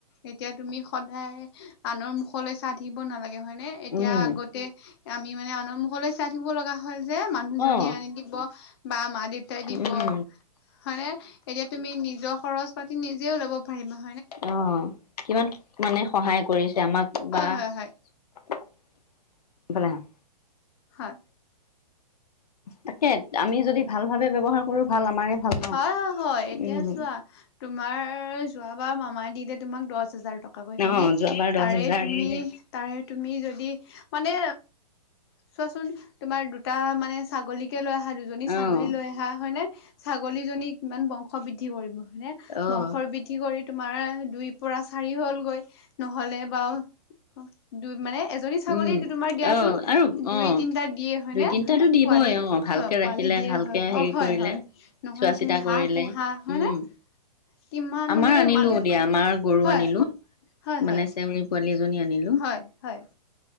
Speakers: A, on the left; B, on the left.
A: এতিয়া তুমি সদায় আনৰ মুখলৈ চাই থাকিব নালা গে হয় নে? এতিয়া
B: উম
A: আগতে আমি মানে আনৰ মুখলৈ চাই থাকিব লগা হ যে মানুহজনীয়ে
B: অঁ
A: আনি দিব বা মা দেউতাই দিব
B: উম
A: হয়নে এতিয়া তুমি নিজৰ খৰচ পাতি নিজে ওলাব পাৰিবা ।
B: অ কিমান মানে সহায় কৰিছে আমাক
A: হয়
B: বা
A: হয় হয়
B: এইফালে আহা ।
A: হয় ।
B: তাকে আমি যদি ভাল ভাবে ব্যৱহাৰ কৰো ভাল আমাৰে ভাল ন
A: হয়-হয় এতিয়া
B: উম
A: চোৱা তোমাৰ যোৱাবাৰ মামাই দিলে তোমাক দচ হাজাৰ টকাকৈ হয়
B: অঁ
A: নে
B: যোৱাবাৰ দহ
A: তাৰে
B: হেজাৰ
A: তুমি
B: দিলে
A: তাৰে তুমি যদি মানে চোৱাচোন তোমাৰ দুটা মানে ছাগলীকে লৈ আহা দুজনী ছাগলী
B: অঁ
A: লৈ অহা হয় নে ছাগলীজনী কিমান বংশ বৃদ্ধি কৰিব মানে
B: অঁ
A: বংশৰ বৃদ্ধি কৰি তোমাৰ দুই পৰা চাৰি হ'লগৈ নহলে বাৰু দুই মানে এজনী ছাগলী
B: উম
A: তোমাৰ দিয়াচোন
B: অঁ আৰু
A: দুই
B: অঁ
A: তিনটা দিয়ে হয়নে
B: দুই তিনটাতো দিবই
A: পোৱালি
B: ভালকে
A: অ
B: ৰাখিলে
A: পোৱালি । দিয়ে
B: ভালকে
A: হয়
B: হেৰি
A: অ হয়-হয়
B: কৰিলে
A: নহ'লে
B: চোৱা চিতা
A: তুমি হাঁহ
B: কৰিলে
A: পোহা হয়
B: উম
A: নে? কিমান
B: আমাৰ
A: মানে
B: আনিলো
A: মানুহ
B: দিয়া আমাৰ গৰু
A: হয়-হয়-হয়
B: আনিলো মানে চেউৰী পোৱালি এজনী আনিলো
A: হয়-হয় ।